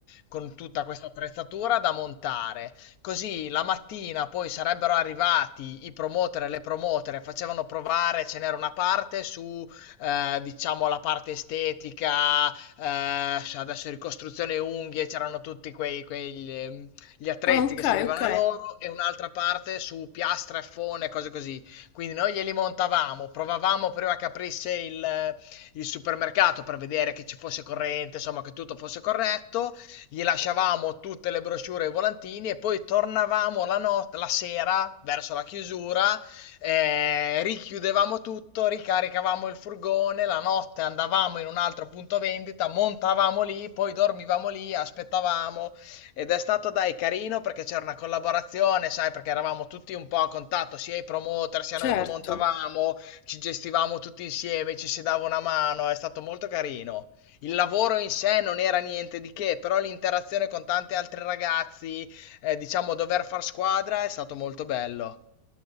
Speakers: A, on the left (about 85°); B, on the left (about 60°).
A: con tutta questa attrezzatura da montare. Così la mattina poi sarebbero arrivati i promoter e le promotere, facevano provare, ce n'era una parte su, eh, diciamo, la parte estetica, eh, adesso ricostruzione unghie, c'erano tutti quei, quegli, ehm, gli attrezzi
B: Ah, ok,
A: che servivano
B: ok.
A: a loro e un'altra parte su piastre, fone, cose così. Quindi noi glieli montavamo, provavamo prima che aprisse il, il supermercato per vedere che ci fosse corrente, insomma che tutto fosse corretto gli lasciavamo tutte le brochure e i volantini e poi tornavamo la, not- la sera verso la chiusura, eh, richiudevamo tutto, ricaricavamo il furgone, la notte andavamo in un altro punto vendita, montavamo lì, poi dormivamo lì, aspettavamo ed è stato dai carino perché c'era una collaborazione, sai, perché eravamo tutti un po' a contatto, sia i promoter, sia
B: Certo,
A: noi che montavamo, ci gestivamo tutti insieme, ci si dava una mano, è stato molto carino. Il lavoro in sé non era niente di che, però l'interazione con tanti altri ragazzi, eh, diciamo dover far squadra è stato molto bello.